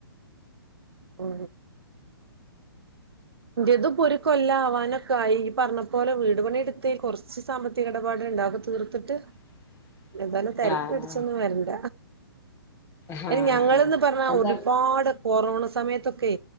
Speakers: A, on the right; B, on the left.
A: ഓ ഇറത് ഒരു കൊല്ല ആവാനൊക്കെ ആയി ഈ പറഞ്ഞ പോലെ വീട് പണിടുത്ത് കുറച്ച് സാമ്പത്തിക ഇടപാട ഉണ്ടാക തീർത്തിട്ട്
B: <inaudible>
A: ഇതുപോലെ തിരക്ക്
B: ആഹ്
A: പിടിച്ചൊന്നും വരണ്ട
B: ഹാ
A: അ ഞങ്ങളന്ന് പറഞ്ഞാ
B: എന്താ
A: ഒരുപാട് കൊറോണ സമയത്തൊക്കെ